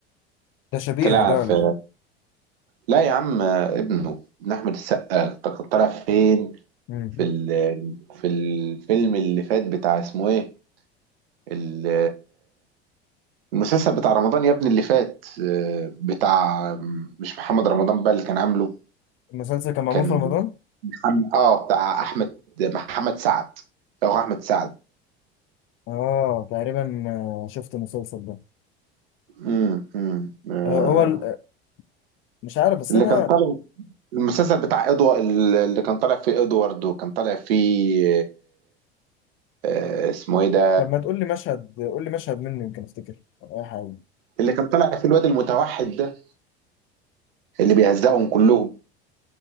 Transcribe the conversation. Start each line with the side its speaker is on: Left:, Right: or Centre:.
Left: ده شبيهه
Right: طلع
Left: ده
Right: في
Left: ولا إيه؟
Right: لا يا عم ابنه ابن احمد السقا كان طلع فين
Left: مم.
Right: في ال... في الفيلم اللي فات بتاع اسمه ايه ال- المسلسل بتاع رمضان يا ابني اللي فات آه، بتاع مش محمد رمضان بقى اللي كان عامله
Left: المسلسل كان معمول
Right: كان
Left: في رمضان؟
Right: محمد اه بتاع احمد محمد سعد او احمد سعد
Left: آه تقريبا آه، شفت المسلسل ده
Right: امم امم آه،
Left: آه هو ال- مش عارف بس
Right: اللي
Left: أنا
Right: كان طالع المسلسل بتاع ادوارد اللي كان طالع فيه ادوارد وكان طالع فيه آه، اسمه ايه ده
Left: طب ما تقول لي مشهد قول لي مشهد منه يمكن أفتكر أو أي حاجة
Right: اللي كان طالع في الواد المتوحد ده اللي بيهزقهم كلهم